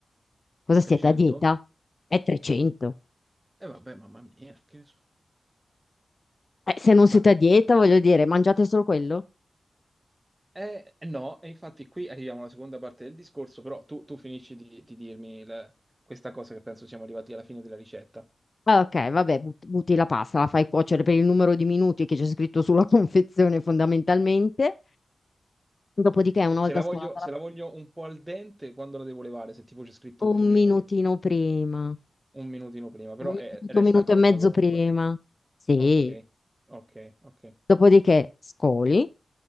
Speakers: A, on the left; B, on the right.
A: Cosa siete
B: 300?
A: a dieta? È 300.
B: E vabbè, mamma mia, che ne so.
A: Eh, se non siete
B: Ma,
A: a dieta, voglio dire, mangiate solo quello?
B: eh, eh, no, e infatti qui arriviamo alla seconda parte del discorso, però tu, tu finisci di, di dirmi la- questa cosa che penso siamo arrivati alla fine della ricetta.
A: Ah, ok, vabbè, but- butti la pasta, la fai cuocere per il numero di minuti che c'è scritto sulla <laughs> confezione fondamentalmente. Dopodiché, una
B: Se
A: volta
B: la
A: scolata
B: voglio, se
A: la pasta,
B: la voglio un po' al dente, quando la devo levare? Se tipo c'è scritto
A: un
B: 8 minuti,
A: minutino prima,
B: un minutino prima, però
A: un minuto,
B: eh, resta
A: un minuto
B: cotta
A: e mezzo
B: comunque.
A: prima. Sì.
B: Ok, ok, ok.
A: Dopodiché scoli,